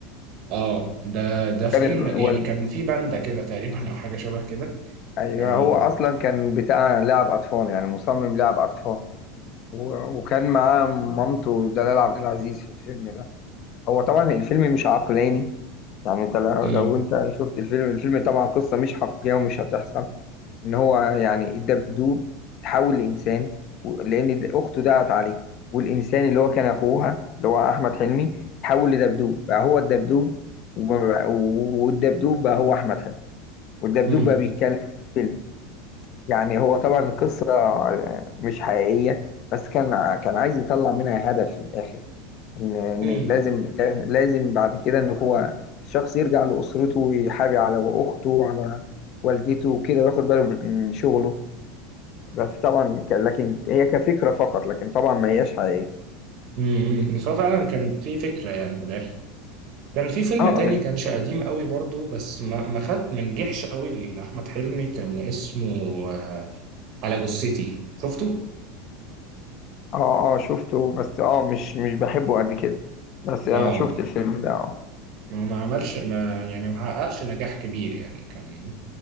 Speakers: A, on the right (about 50°); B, on the left (about 45°).
A: اه ده ده فيلم
B: كانت والد
A: يعني كان في باندا كده تقريبا أو حاجة شبه كده
B: ايوه
A: كان
B: هو اصلا كان بتاع لعب اطفال يعني مصمم لعب اطفال و- وكان معاه مامته دلال عبد العزيز في الفيلم ده هو طبعا الفيلم مش عقلاني يعني انت لو,
A: مم.
B: لو انت شفت الفيلم الفيلم طبعا قصة مش حقيقية ومش هتحصل ان هو يعني الدبدوب تحول لإنسان و- لأن د- أخته دعت عليه والإنسان اللي هو كان أخوها اللي هو أحمد حلمي تحول لدبدوب بقى هو الدبدوب وما بقى- والدبدوب بقى هو أحمد حلمي والدبدوب
A: مم.
B: بقى بيتكلم في الفيلم يعني هو طبعا القصة مش حقيقية بس كان ع- كان عايز يطلع منها هدف في الآخر إن إن
A: مم.
B: لازم لا- لازم بعد كده إن هو الشخص يرجع لأسرته ويحابي على أخته وعلى والدته وكده وياخد باله من شغله بس طبعا ك- لكن هي كفكرة فقط لكن طبعا ما هياش حقيقية
A: مم. بس هو فعلا كان في فكرة يعني في الآخر كان في فيلم
B: اه
A: تاني
B: ال-
A: كانش قديم قوي برضو بس ما ما خد ما نجحش قوي لأحمد حلمي كان اسمه آه، على جثتي شفته؟
B: اه اه شفته بس اه مش مش بحبه قد كده بس أنا
A: اه
B: شفت الفيلم ده
A: ما ما عملش ما يعني ما حققش نجاح كبير يعني كان